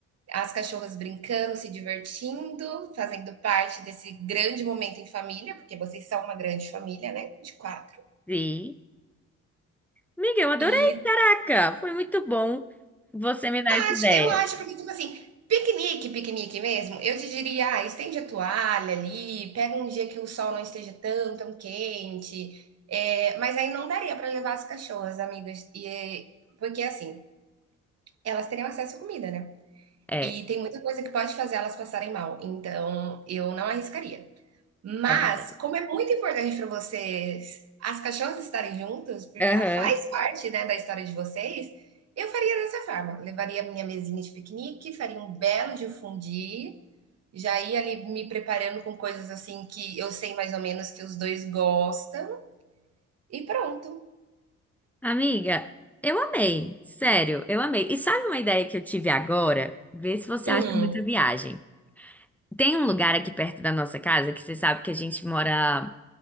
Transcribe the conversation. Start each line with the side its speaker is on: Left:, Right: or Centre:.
Right: as cachorras brincando, se divertindo, fazendo parte desse grande momento em família, porque vocês são uma grande família, né? De quatro.
Centre: Sim. Amiga, eu adorei.
Right: E
Centre: Caraca, foi muito bom você me dar essa
Right: acho-
Centre: ideia.
Right: Eu acho, porque, tipo assim, piquenique, piquenique mesmo, eu te diria, ah, estende a toalha ali, pega um dia que o sol não esteja tão, tão quente. É, mas aí não daria para levar as cachorras, amigas, e, é, porque assim, elas teriam acesso à comida, né?
Centre: É,
Right: E tem muita coisa que pode fazer elas passarem mal, então eu não arriscaria. Mas,
Centre: é verdade.
Right: como é muito importante para vocês as cachorras estarem juntas, porque
Centre: Aham.
Right: ela faz parte, né, da história de vocês, eu faria dessa forma. Levaria minha mesinha de piquenique, faria um belo de um fondue, já ia ali me preparando com coisas assim que eu sei mais ou menos que os dois gostam e pronto.
Centre: Amiga, eu amei. Sério, eu amei. E sabe uma ideia que eu tive agora? Vê se você
Right: Hum,
Centre: acha muita viagem. Tem um lugar aqui perto da nossa casa que você sabe que a gente mora